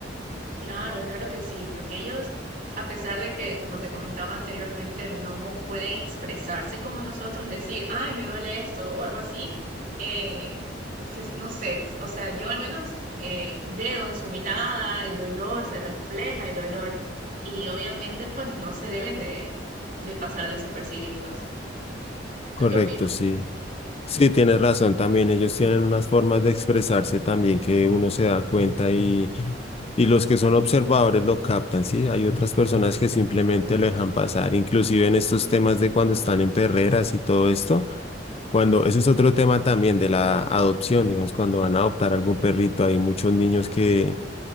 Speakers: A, on the right; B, on the left.
A: Claro, claro que sí, porque ellos, a pesar de que, como te comentaba anteriormente, no pueden expresarse como nosotros, decir, ay, me duele esto o algo así, eh, se- no sé, o sea, yo al menos eh, veo en su mirada el dolor, se refleja el dolor y obviamente pues no se deben de, de pasar desapercibidos. ¿Tú
B: Correcto,
A: qué opinas?
B: sí. Sí, tienes razón, también ellos tienen unas formas de expresarse también que uno se da cuenta y, y los que son observadores lo captan, ¿sí? Hay otras personas que simplemente lo dejan pasar, inclusive en estos temas de cuando están en perreras y todo esto, cuando, eso es otro tema también de la adopción, digamos, cuando van a adoptar algún perrito, hay muchos niños que